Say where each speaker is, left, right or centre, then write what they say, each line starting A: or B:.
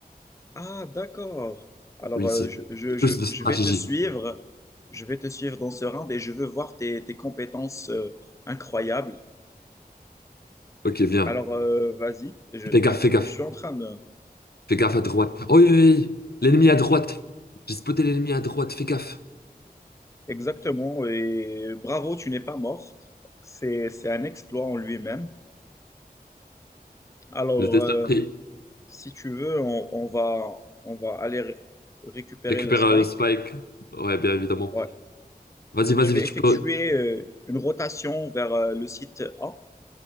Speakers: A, on the left; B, on the left.
A: Ah, d'accord. Alors,
B: Oui,
A: euh,
B: c'est
A: je, je, je,
B: juste de stratégie.
A: je vais te suivre. Je vais te suivre dans ce round et je veux voir tes, tes compétences euh, incroyables.
B: Ok, viens.
A: Alors, euh, vas-y, je,
B: Fais gaffe,
A: je, suis
B: fais gaffe.
A: je suis en train de,
B: Fais gaffe à droite. Oh oui, oui, oui. L'ennemi à droite. J'ai spoté l'ennemi à droite, fais gaffe.
A: Exactement, et bravo, tu n'es pas mort. C'est, c'est un exploit en lui-même. Alors,
B: J'étais
A: euh,
B: surpris.
A: si tu veux, on, on va, on va aller ré- récupérer
B: Récupère
A: le spike.
B: euh, le spike. Ouais, bien évidemment.
A: Ouais.
B: Vas-y, vas-y,
A: Je vais
B: tu
A: effectuer
B: peux.
A: euh, une rotation vers euh, le site A.